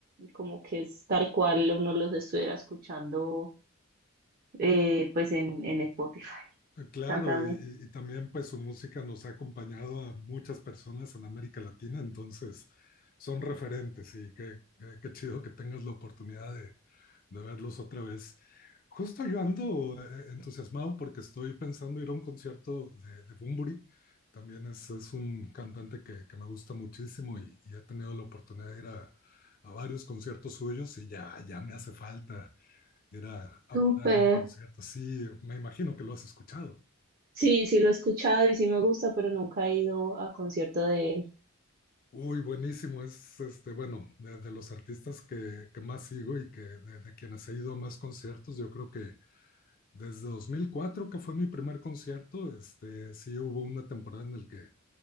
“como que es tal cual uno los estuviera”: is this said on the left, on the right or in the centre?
Right